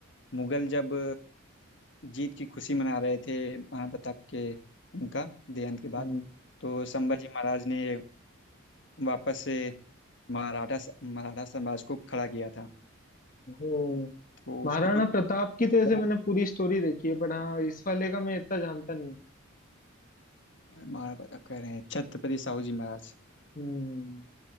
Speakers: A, on the left; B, on the left.
A: मुगल जब जीत की खुशी मना रहे थे महाराणा प्रताप के उनका देहांत के
B: हम्म
A: बाद तो संभाजी महाराज ने वापस से मराठा मराठा साम्राज्य को खड़ा किया था
B: ओ
A: तो
B: महाराणा
A: उसके
B: प्रताप
A: ऊपर
B: की तो ऐसे मैंने पूरी स्टोरी देखी है बट हाँ इस वाले का मैं इतना जानता नहीं हूँ।
A: महाराणा प्रताप कह रहे हैं छत्रपति साहू जी महाराज
B: हम्म